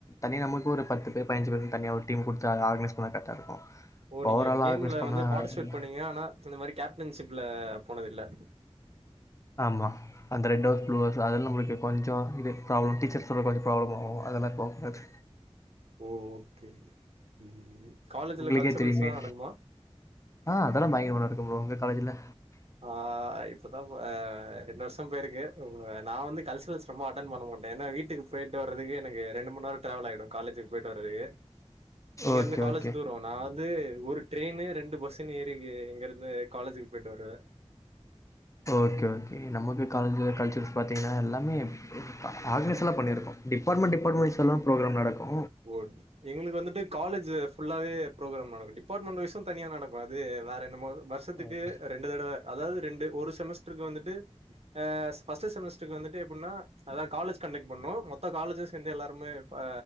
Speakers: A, on the left; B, on the right.
A: தனி நமக்கு ஒரு பத்து பேர் பயஞ்சு பேர்னு தனியா டீம் குடுத்து அத ஆர்கனைஸ் பண்ணா கரெக்டா இருக்கு
B: ஓ நீங்க
A: ஓவராலா
B: கேம்ல
A: ஆர்கனைஸ் பண்ணா
B: வந்து பார்ட்டிசிபேட் பண்ணீங்க ஆனா இந்த மாரி கேப்டன்ஷிப்ல போனது இல்ல
A: ஆமா அந்த ரெட் ஹவுஸ் ப்ளு ஹவுஸ் அதல்லா நம்ம கொஞ்சோ இது ப்ராப்ளம் டீச்சர் சொல்ற கொஞ்ச ப்ராப்ளம் ஆகு அதெல்லா போ கூடாது
B: ஓ ஓகே ம் காலேஜில
A: உங்களுக்கே
B: கல்சுரல்ஸ்லா
A: தெரியுமே!
B: நடக்குமா
A: ஆ அதல்லா பயங்கரமா நடக்கு ப்ரோ உங்க காலேஜ்ல
B: ஆ இப்பதா ப அ ரெண்டு வருஷ போயிருக்கு நா வந்து கல்ச்சுரல்ஸ் ரொம்ப அட்டன் பண்ண மாட்டே ஏனா வீட்டுக்கு போயிட்டு வர்றதுக்கு எனக்கு ரெண்டு ம நேர டிராவல் ஆயிடு காலேஜ் போயிட்டு வர்றதுக்கு இங்க
A: ஓகே,
B: இருந்து காலேஜ்
A: ஓகே.
B: தூரோ நா வந்து ஒரு ட்ரெயின்னு ரெண்டு பஸ்ஸுன்னு ஏறி இங்க இருந்து காலேஜுக்கு போயிட்டு வருவே
A: ஓகே ஓகே நமக்கு காலேஜில கல்ச்சுரல்ஸ் பாத்திங்கன்னா எல்லாமே ஆர்கனைஸ்லா பண்ணிருக்கோ டிபார்ட்மெண்ட் டிபார்ட்மெண்ட் வைஸாலா ஃப்ரோக்ராம் நடக்கு
B: ஓ எங்களுக்கு வந்துட்டு காலேஜு ஃபுல்லாவே ஃப்ரோகிராம் நடக்கு டிபார்ட்மெண்ட் வைஸூ தனியா நடக்கு அது வேற என்னமாவது வருஷத்துக்கு
A: ஓகே.
B: ரெண்டு தடவ அதாவது ரெண்டு ஒரு செமஸ்ட்ருக்கு வந்துட்டு ஆ ஃபர்ஸ்ட்டு செமஸ்ட்ருக்கு வந்துட்டு எப்டின்னா அதாது காலேஜ் கண்டெக்ட் பண்ணு மொத்த காலேஜு சேர்ந்து எல்லாருமே பா